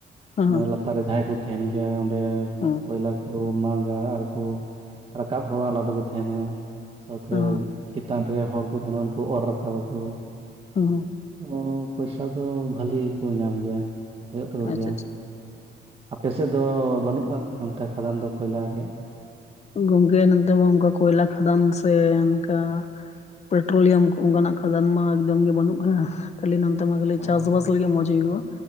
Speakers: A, on the left (about 35°); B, on the right (about 30°).
A: ᱦᱚᱸ
B: ᱢᱟᱱᱮ ᱞᱟᱛ ᱛᱟᱨ ᱨᱮ ᱡᱟᱦᱟᱸᱭ ᱠᱚ ᱛᱟᱦᱮᱸᱱ ᱜᱮᱭᱟ ᱚᱸᱰᱮ
A: ᱦᱚᱸ
B: ᱠᱚᱭᱞᱟ ᱠᱚ ᱢᱟᱜᱟ ᱟᱨ ᱠᱚ ᱨᱟᱠᱟᱵ ᱦᱚᱲ ᱟᱞᱟᱫᱟ ᱠᱚ ᱛᱟᱦᱮᱸᱱᱟ ᱥᱟᱶᱛᱮ
A: ᱦᱚᱸ ᱦᱚᱸ
B: ᱛᱟᱱ ᱨᱮ ᱦᱚᱲ ᱠᱚ ᱛᱟᱦᱮᱸᱱᱟ ᱩᱱᱠᱩ ᱚᱨ ᱨᱟᱠᱟᱵ ᱟᱠᱚ᱾
A: ᱦᱩᱸ ᱦᱩᱸ᱾
B: ᱚ ᱯᱚᱭᱥᱟ ᱫᱚ ᱵᱷᱟᱞᱮ ᱜᱮᱠᱚ ᱧᱟᱢ ᱜᱮᱭᱟ᱾ ᱦᱳᱭᱳᱜ ᱛᱟᱠᱚ
A: ᱟᱪᱪᱷᱟ
B: ᱜᱮᱭᱟ᱾
A: ᱟᱪᱪᱷᱟ
B: ᱟᱯᱮ ᱥᱮᱫ ᱫᱚ ᱵᱟᱹᱱᱩᱜ ᱠᱟᱜ ᱛᱮ ᱚᱱᱠᱟ ᱠᱷᱟᱫᱟᱱ ᱫᱚ ᱠᱚᱭᱞᱟ ᱨᱮᱭᱟᱜ?
A: ᱜᱚᱝᱠᱮ ᱱᱚᱱᱛᱮ ᱢᱟ ᱚᱱᱠᱟ ᱠᱚᱭᱞᱟ ᱠᱷᱟᱫᱟᱱ ᱥᱮ ᱚᱱᱠᱟ ᱯᱮᱴᱨᱳᱞᱤᱭᱟᱢ ᱠᱚ ᱚᱱᱠᱟᱱᱟᱜ ᱠᱷᱟᱫᱟᱱ ᱢᱟ ᱮᱠᱫᱚᱢ ᱜᱮ ᱵᱟᱹᱱᱩᱜ ᱠᱟᱫᱟ ᱠᱷᱟᱹᱞᱤ ᱱᱚᱱᱛᱮ ᱛᱮ ᱢᱟ ᱠᱷᱟᱹᱞᱮ
B: ᱚ
A: ᱪᱟᱥ ᱵᱟᱥ ᱞᱟᱜᱤᱫ ᱢᱚᱸᱡ ᱦᱩᱭᱩᱜᱼᱟ᱾